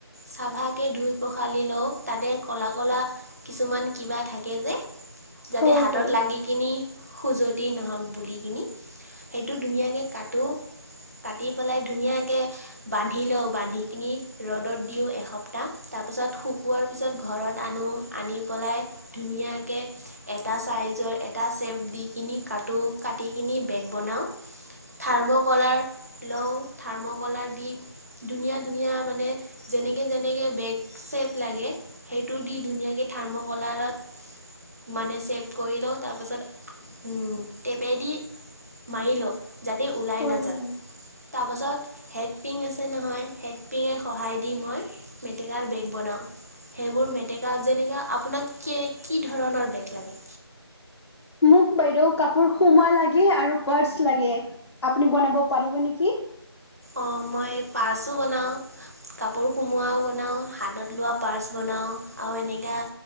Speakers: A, on the right (about 35°); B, on the left (about 75°).
A: চাফাকে ধুই-পখালি লওঁ, তাতে ক'লা-ক'লা কিছুমান কিবা থাকে যে যাতে
B: হয়
A: হাতত
B: বাইদেউ
A: লাগি কিনি খুজতি নহওঁক বুলি কিনি সেইটো ধুনীয়াকে কাটো, কাটি পেলাই ধুনীয়াকে বান্ধি লওঁ। বান্ধি কিনি ৰ'দত দিওঁ এসপ্তাহ, তাৰপিছত শুকোৱাৰ পিছত ঘৰত আনো, আনি পেলাই ধুনীয়াকে এটা চাইজৰ এটা চেপ দি কিনি কটো, কাটি কিনি বেগ বনাওঁ থাৰ্ম'কলাৰ লওঁ, থাৰ্ম'কলাৰ দি ধুনীয়া ধুনীয়া মানে যেনেকে যেনেকে বেগ চেপ লাগে সেইটো দি ধুনীয়াকে থাৰ্ম'কলাৰত মানে চেপ কৰি লওঁ তাৰপাছত উম টেপেদি মাৰি লওঁ, যাতে ওলাই
B: হয়
A: নাযাক,
B: বাইদেউ
A: তাৰপাছত হেড পিং আছ নহয় হেডপিঙে সহায় দি মই মেটেকাৰ বেগ বনাও, সেইবোৰ মেটেকাত যেনেকা আপোনাক কি ধৰণৰ বেগ লাগে?
B: মোক বাইদেউ কাপোৰ সোমা লাগে আৰু পাৰ্চ লাগে, আপুনি বনাব পাৰিব নিকি?
A: অঁ মই পাৰ্চো বনাওঁ, কাপোৰ সোমোৱাও বনাওঁ, হাতত লোৱা পাৰ্চ বনাওঁ আৰু এনেকা